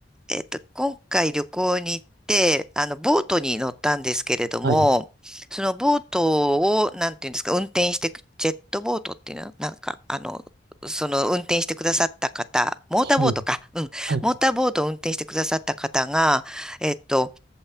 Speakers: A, in the centre; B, on the right.
A: えっと、今回旅行に行って、あの、ボートに乗ったんですけれども、
B: はい。
A: そのボートを、なんていうんですか、運転してく、ジェットボートっていうのなんか、あの、その運転してくださった方、モーターボートか、
B: はい。
A: うん、
B: はい。
A: モーターボートを運転してくださった方が、えっと、